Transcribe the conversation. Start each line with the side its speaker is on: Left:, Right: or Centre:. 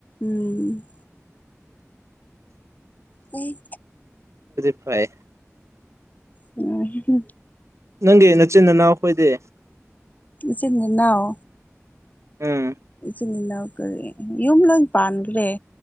Left: ꯎꯝ ꯎꯝ
Right: ꯍꯣꯏ
Left: ꯎ
Right: ꯅꯪꯒꯤ ꯅꯆꯤꯤꯟꯅꯥꯎ ꯑꯩꯈꯣꯏꯗꯤ
Left: ꯆꯅꯤꯅꯑꯣ
Right: ꯎꯝ
Left: ꯏꯆꯅꯤ ꯏ ꯂ ꯀꯔꯤꯦ ꯌꯨꯝ ꯂ ꯄꯥꯟꯈ꯭ꯔꯦ